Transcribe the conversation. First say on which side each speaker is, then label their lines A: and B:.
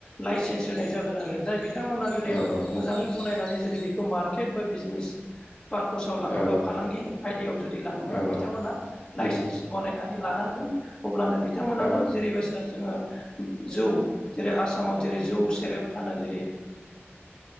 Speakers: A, on the left (about 20°); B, on the left (about 40°).
A: लाइसेन्स होनाय जागोन आरो। जाय बिथांमोना जुदि
B: औ
A: मोजाङै गनायनानै जो जे बेखौ मार्केट बा बिजनिस पारपसाव लाङोबा,
B: औ
A: फालांगि आयदायाव जुदि लाङोब्ला
B: औ
A: बिथांमोना
B: औ
A: लाइसेन्स
B: उम उम
A: बनायनानै लानांगोन अब्लानो बिथांमोनाबो
B: औ
A: जेरैबायसा जोङो जौ जेरै आसामाव जेरै जौ सेरेब फानो जेरै